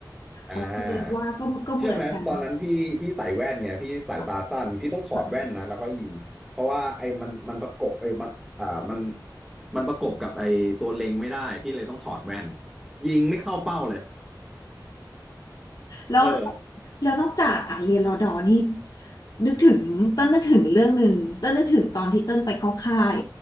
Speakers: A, in the centre; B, on the left.
A: อ่า
B: อ๋อคือว่าก็ก็เหมือนกัน
A: เชื่อไหมตอนนั้นพี่พี่ใส่แว่นไงพี่สายตาสั้นพี่ต้องถอดแว่นนะแล้วก็ยิงเพราะว่าไอ้มันมันประกบไอ้มันอ่ามัน
B: ค่ะค่ะ
A: มันประกบกับไอ้ตัวเล็งไม่ได้พี่เลยต้องถอดแว่นยิงไม่เข้าเป้าเลย
B: แล้ว
A: เออ
B: แล้วนอกจากอ่ะเรียนรอดอนี่นึกถึงเต้นนึกถึงเรื่องหนึ่งเต้นนึกถึงตอนที่เต้นไปเข้าค่าย